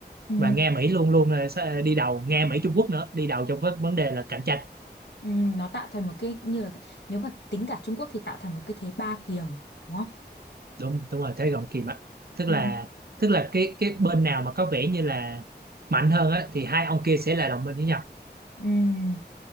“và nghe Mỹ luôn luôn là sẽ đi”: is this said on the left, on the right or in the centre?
Right